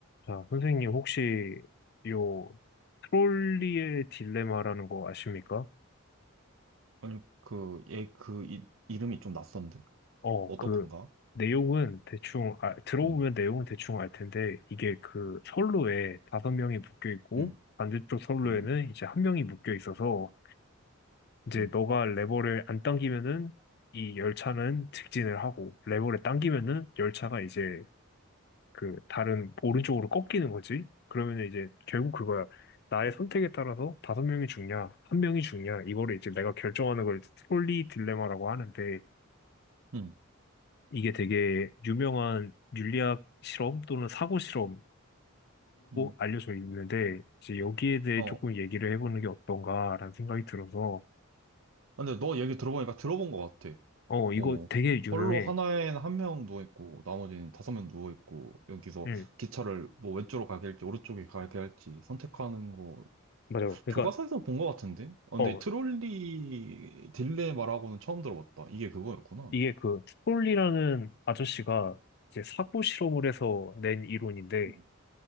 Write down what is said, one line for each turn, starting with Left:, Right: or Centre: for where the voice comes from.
Left: 자, 선생님 혹시 요 트롤리의 딜레마라는 거 아십니까?
Right: 아니, 그, 얘, 그, 이, 이름이 좀 낯선데?
Left: 어,
Right: 어떤
Left: 그
Right: 건가?
Left: 내용은 대충 아, 들어보면
Right: 음,
Left: 내용은 대충 알 텐데 이게 그 선로에 다섯 명이 묶여 있고
Right: 음,
Left: 반대쪽 선로에는
Right: 음,
Left: 이제 한 명이 묶여 있어서 이제
Right: 음,
Left: 너가 레버를 안 당기면은 이 열차는 직진을 하고 레버를 당기면은 열차가 이제 그 다른 오른쪽으로 꺾이는 거지. 그러면 이제 결국 그거야. 나의 선택에 따라서 다섯 명이 죽냐, 한 명이 죽냐, 이거를 이제 내가 결정하는 걸 트롤리 딜레마라고 하는데
Right: 음,
Left: 이게 되게 유명한 윤리학 실험 또는 사고 실험으로
Right: 음.
Left: 알려져 있는데 이제 여기에 대해
Right: 어.
Left: 조금 얘기를 해보는 게 어떤가라는 생각이 들어서
Right: 근데 너 얘기 들어보니까 들어본 것 같아.
Left: 어
Right: 어,
Left: 이거 되게 유명해.
Right: 선로 하나에는 한 명 누워있고, 나머지는 다섯 명 누워있고, 여기서
Left: 응,
Right: 기차를 뭐 왼쪽으로 가게 할지, 오른쪽에 가게 할지 선택하는 거,
Left: 맞아요. 그러니까
Right: 교과서에서 본 것 같은데? 어, 근데
Left: 어
Right: 트롤리 딜레마라고는 처음 들어봤다. 이게 그거였구나.
Left: 이게 그 트롤리라는 아저씨가 이제 사고 실험을 해서 낸 이론인데
Right: 음.